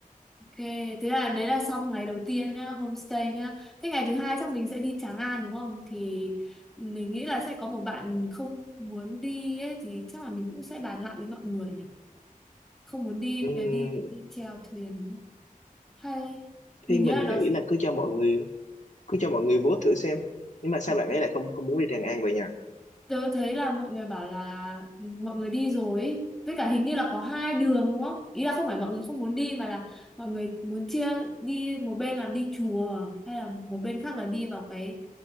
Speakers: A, in the centre; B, on the left.
A: Ok, thế là đấy là xong ngày đầu tiên nhá, homestay nhá. Thế ngày thứ hai chắc mình sẽ đi Tràng An đúng không? Thì mình nghĩ là sẽ có một bạn không muốn đi ấy, thì chắc là mình cũng sẽ bàn lại với mọi người nhỉ. Không muốn đi
B: Ừm,
A: ờ, đi, đi chèo thuyền đúng không? Hay mình
B: thì mình
A: nhớ là nó
B: nghĩ là cứ cho mọi người cứ cho mọi người vote thử xem nhưng mà sao
A: ok.
B: bạn ấy lại không không muốn đi Tràng An vậy nhỉ
A: Tớ thấy là mọi người bảo là ừ, mọi người đi rồi ý. Với cả hình như là có hai đường đúng không? Ý là không phải mọi người không muốn đi mà là mọi người muốn chia đi một bên là đi chùa hay là một bên khác là đi vào cái